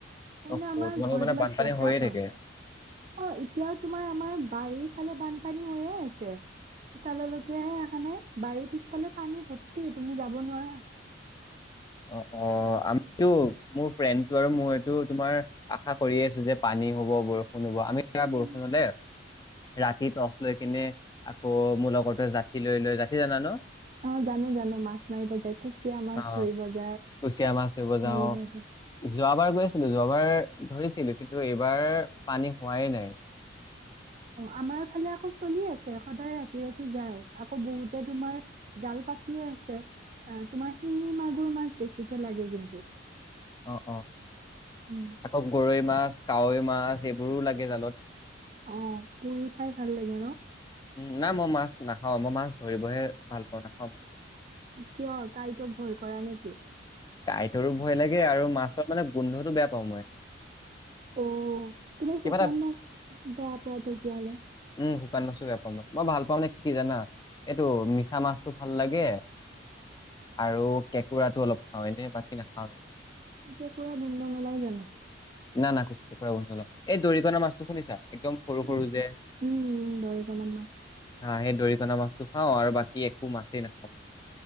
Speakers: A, on the right (about 35°); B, on the left (about 20°).
A: তাৰমানে
B: অ
A: আমাৰ
B: তোমালোকৰ
A: ঘৰ
B: মানে
A: বিলাক
B: বানপানী
A: জেকা
B: হৈয়ে
A: হয়।
B: থাকে
A: অ' এতিয়াও তোমাৰ আমাৰ বাৰীৰ ফালে বানপানী হৈয়ে আছে, চোতাললৈকেে এখানে বাৰীৰ পিছফালে পানী। ভৰ্তি তুমি যাব নোৱাৰা।
B: অ', -অ' আমিতো মোৰ ফ্ৰেণ্ডটো আৰু মইতো তোমাৰ আশা কৰি আছো যে পানী হ'ব, বৰষুণ হ'ব। আমি কা
A: উম,
B: বৰষুণলে ৰাতি টৰ্চ লৈ কিনে আকৌ মোৰ লগৰতে ষাঠি লৈ লৈ ষাঠি জানা ন?
A: অ' জানো-জানো মাছ মাৰিব যায়, কুচিয়া মাছ
B: অ
A: ধৰিব যায়।
B: কুচিয়া মাছ ধৰিব
A: হেৰি
B: যাও,
A: ধৰিব
B: যোৱাবাৰ গৈ আছিলো। যোৱাবাৰ ধৰিছিলো কিন্তু এইবাৰ পানী হোৱাই নাই।
A: অ', আমাৰ ফালে আকৌ চলি আছে, সদায় ৰাতি-ৰাতি যায়। আকৌ বহুতে তোমাৰ জাল পাতিয়ে আছে। তোমাৰ শিঙি, মাগুৰ মাছ বেছিকে লাগে কিন্তু।
B: অৱ অৱ
A: উম
B: আকৌ গৰৈ মাছ কাৱৈ মাছ এইবোৰো লাগে জালত।
A: অ', পুৰি খাই ভাল লাগে ন'।
B: উম, নাই মাছ না খাওঁ মই মাছ ধৰিবহে ভাল পাওঁ, নাখাওঁ মাছ।
A: কিয় কাইতক ভয় কৰা নেকি?
B: কাঁইটৰো ভয় লাগে আৰু মাছৰ মানে গোন্ধটো বেয়া পাওঁ মই।
A: অ', তুমি
B: কিবা
A: শুকান
B: এটা
A: মাছ বেয়া পোৱা, তেতিয়াহ'লে।
B: উম, শুকান মাছো বেয়া মই ভাল পাওঁ নে কি কি জানা এইটো মিছা মাছটো ভাল লাগে আৰু কেঁকোৰাটো অলপ অ', এনেই বাকী নাখওঁ আমি।
A: কেঁকোৰা গুন্ধ নোলাই জানো।
B: না না কেকোৰা গুন্ধ নাই। এই দৰিকনা মাছটো শুনিছা? একদম সৰু সৰু
A: উম,
B: যে
A: উম, দৰিকণা মাছ।
B: হা সেই দৰিকণা মাছটো খাওঁ আৰু বাকী একো মাছেই নাখাওঁ।